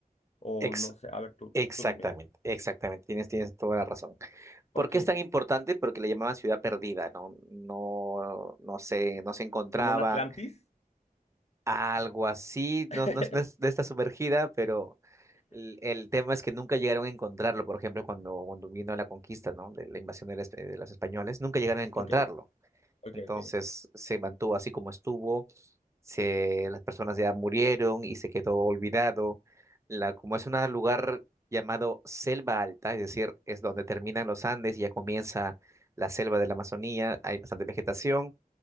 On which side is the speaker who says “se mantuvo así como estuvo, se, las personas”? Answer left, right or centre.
Right